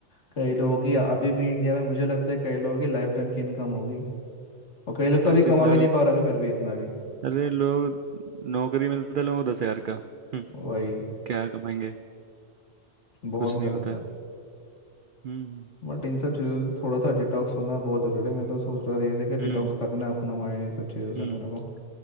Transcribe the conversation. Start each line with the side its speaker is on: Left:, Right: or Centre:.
Left: कई लोगों की अभी भी इंडिया में मुझे लगता है कई लोगों की लाइफ टाइम की इनकम होगी और कई लोग
Right: पच्चीस
Left: तो अभी कमा
Right: लाख
Left: भी नहीं पा रहे होंगे फिर भी इतना भी
Right: अरे लोग नौकरी मिलता है लोगों को दस हजार का हम्म,
Left: वही
Right: क्या कमाएंगे
Left: बहुत
Right: कुछ नहीं
Left: गलत
Right: होता
Left: है
Right: हम्म
Left: बट इन सब चीज़ों से थोड़ा सा डिटॉक्स होना बहुत ज़रूरी है मैं तो सोच रहा धीरे धीरे के
Right: हम्म
Left: डिटॉक्स करना है अपना माइंड इन सब चीज़ों से
Right: हम्म
Left: मेरे को